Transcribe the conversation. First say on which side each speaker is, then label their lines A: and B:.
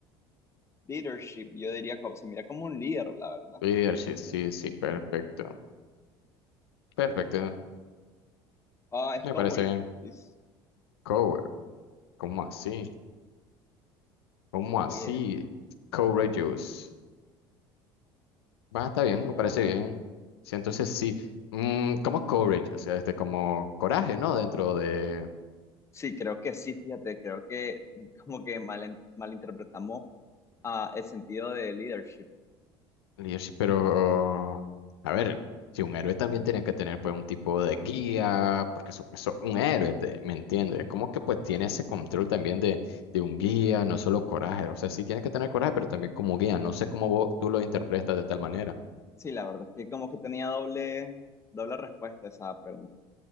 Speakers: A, on the left (about 20°); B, on the left (about 85°).
A: leadership, yo diría que se mira como un líder, la verdad.
B: Leadership, sí, sí, perfecto. Perfecto,
A: Ah, es
B: me
A: coward,
B: parece bien.
A: dice,
B: Cover, ¿cómo así? ¿Cómo así?
A: oye,
B: Courageous. Va, está bien,
A: o...
B: me parece bien. Sí, entonces sí. Mm, ¿cómo courage? O sea, este, como coraje, ¿no? Dentro de,
A: Sí, creo que sí, fíjate, creo que como que mal, malinterpretamos ah, el sentido de leadership.
B: Lish, pero, a ver, si un héroe también tiene que tener pues un tipo de guía, porque supuesto, un héroe, te- ¿me entiendes? Como que pues tiene ese control también de, de un guía, no solo coraje, o sea, sí tiene que tener coraje, pero también como guía, no sé cómo vos, tú lo interpretas de tal manera.
A: Sí, la verdad es que como que tenía doble, doble respuesta a esa pregunta.